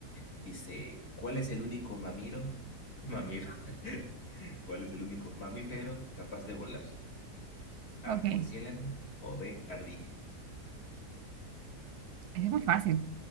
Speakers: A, on the left (about 85°); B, on the right (about 75°).
A: Dice, ¿cuál es el único mamiro? Mamiro. <laughs> ¿Cuál es el único mamífero capaz de volar?
B: Ok,
A: A,
B: ese
A: murciélago o B, ardilla.
B: es muy fácil.